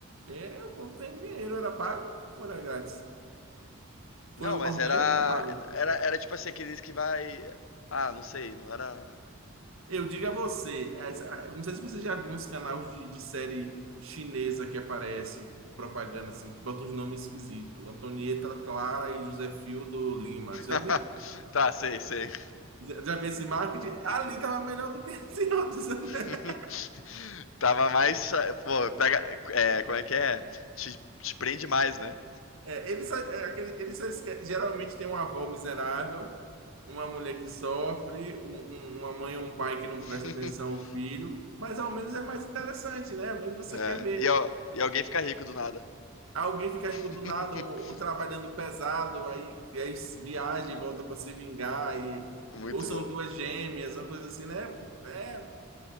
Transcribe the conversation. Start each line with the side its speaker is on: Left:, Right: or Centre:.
Right: É, o povo tem dinheiro, era pago ou era grátis?
Left: Não,
Right: Foi
Left: mas
Right: orgânico
Left: era,
Right: ou pago?
Left: era, era tipo assim, aqueles que vai. Ah, não sei, não era.
Right: Eu digo a você, essa- eu não sei se você já viu uns canais de, de série chinesa que aparece, propaganda assim, que bota uns nomes esquisitos. Antonieta Clara e José Fildo Lima, sabe?
Left: <laughs> Tá, sei, sei.
Right: Já já vi esse marketing? Ali tava melhor do que esse outro. <laughs>
Left: <laughs> Tava mais. Pô, pega. É, como é que é? Te, te prende mais, né?
Right: É, ele só, é aquele- ele só esquece- geralmente tem uma avó miserável, uma mulher que sofre, um- um- uma mãe ou um pai que não
Left: <laughs>
Right: presta atenção ao filho, mas ao menos é mais interessante, né? Ao menos você
Left: É,
Right: quer ver
Left: e, al- e alguém fica rico do nada.
Right: alguém ficar
Left: <laughs>
Right: rico do nada ou, ou trabalhando pesado, aí, aí viaja e volta para se vingar, e,
Left: Muito
Right: ou são
Left: bom.
Right: duas gêmeas, uma coisa assim, né? É,